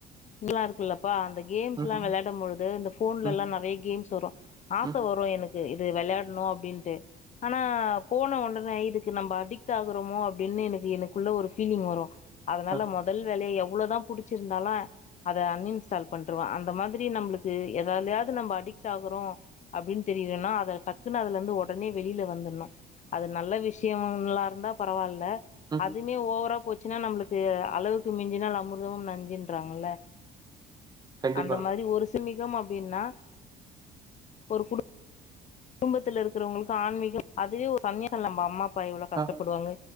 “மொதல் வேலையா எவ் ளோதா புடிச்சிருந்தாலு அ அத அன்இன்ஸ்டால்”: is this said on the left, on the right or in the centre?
Left